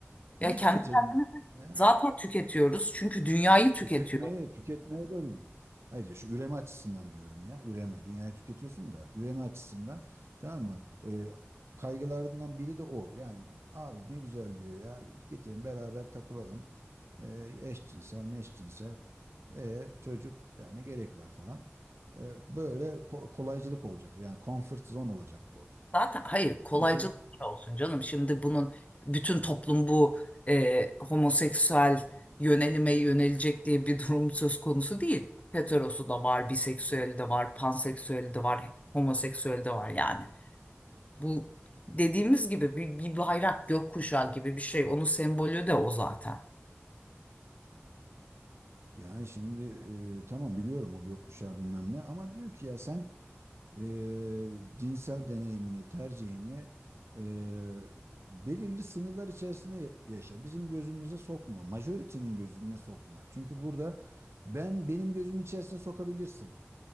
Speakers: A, on the right; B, on the left.
A: Niye
B: Ya kendi
A: tüketelim
B: kendimizi
A: ya?
B: zaten tüketiyoruz. Çünkü dünyayı tüketiyoruz.
A: Tüketmeye, tüketmeye dönüyor. Hayır ya şu üreme açısından diyorum ya. Üreme. Dünyayı tüketiyorsun da üreme açısından tamam mı? Ee, kaygılarından biri de o. Yani abi ne güzel diyor ya. Getirin beraber takılalım. Ee, eşcinsel, meşcinsel. E, çocuk yani gerek var falan. Ee, böyle ko- kolaycılık olacak. Yani comfort zone olacak bu.
B: Zaten hayır kolaycılık
A: Kimse
B: olsun canım. Şimdi bunun bütün toplum bu e, homoseksüel yönelime yönelecek diye bir durum söz konusu değil. Heterosu da var, biseksüeli de var, panseksüeli de var, homoseksüeli de var yani. Bu dediğimiz gibi bir, bir bayrak gökkuşağı gibi bir şey. Onun sembolü de o zaten.
A: yani şimdi e, tamam biliyorum o gökkuşağı bilmem ne ama diyor ki ya sen eee, cinsel deneyimini, tercihini eee, belirli sınırlar içerisinde ya- yaşa. Bizim gözümüze sokma. Majority'nin gözüne sokma. Çünkü burada ben benim gözüm içerisine sokabilirsin.